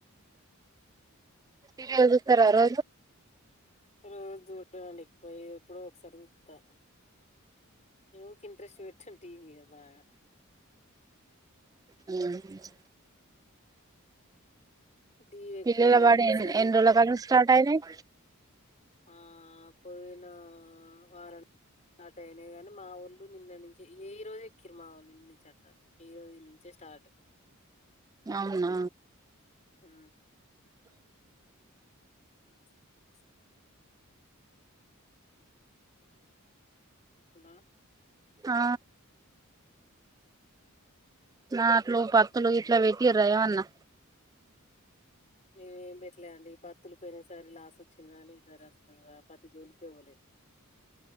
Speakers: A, on the right; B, on the left.
A: సీరియల్ చూస్తారా రోజు
B: శ రోజు చూడ్డానికి పోయి ఇప్పుడో ఒకసారి చూత్తా ఈనే ఊకె ఇంట్రెస్ట్ పెట్టం టీవి మీద బాగా
A: ఉమ్
B: టీవీ ఎక్కువ
A: పిల్లల
B: చూడను
A: పడి ఎన్
B: సెల్
A: ఎన్ని రోజుల కాట స్టార్ట్ అయినయి
B: ఆ పోయినా వారం అట అయినయ్ గని మా ఒళ్ళు నిన్న నుంచి, ఈ రోజు ఎక్కిరు మా ఒళ్ళు ఇంటి నుంచి అంట. ఈ రోజు నుంచే స్టార్ట్
A: అవునా
B: ఆ చష హలో!
A: ఆ నాట్లు, పత్తులు ఇట్లా పెట్టిర్ర రా ఏమన్నా?
B: నేను ఏం పెట్టలే అండి పత్తులు పోయిన సారి లాస్ వచ్చింది. కాని ఈ సారి అసలు ఆ పత్తి జోలికే పోలే.